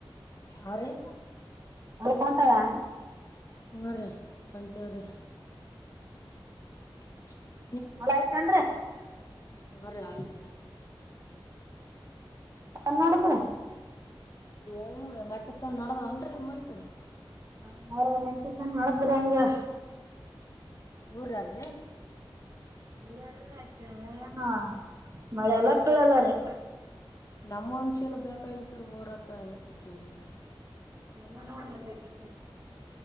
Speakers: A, on the left; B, on the right.
A: ಆ ರೀ
B: ಹೊಲ್ಕ ಹೊಂಟಾವಾ
A: ಹೂಂ ರೀ ಹೊಂಟಿವ್ರಿ. <inaudible>
B: ಹೊಲ ಅಯ್ತೇನ್ರೀ
A: ಹಾ ರೀ ಅಯ್ತ್ ರೀ.
B: ನ್ಮಡುದ್ರಿ
A: ಏನಿಲ್ರಿ ಮ್ಯಾಕತ್ತನ್ ನಡ್ದಾವೇನ್ರೀ ನಿಮ್ಮನಿ ಕಡೆ
B: ನಮ್ಮೂರು ನೆತ್ತಿದ್ದಂಗ್ ನಡದ್ರಂಗೆ
A: ಊರ್ಯಾರಿ
B: ಊರ್ಯಾರಿ ಕೆ ಏನು ಮಳೆ ಇಲ್ಲ ಪಳೆ ಇಲ್ಲ ರೀ
A: ನಮ್ ಒಂದ್ಚೀಲ ಬೇಕಾಗಿತ್ರೀ ಊರಾಕ ಅದಕೆ ಕೇಳಿದೆ.
B: ನಮ್ವ ನೋಡ್ರಿ ಮೇಕಿತ್ತವಿ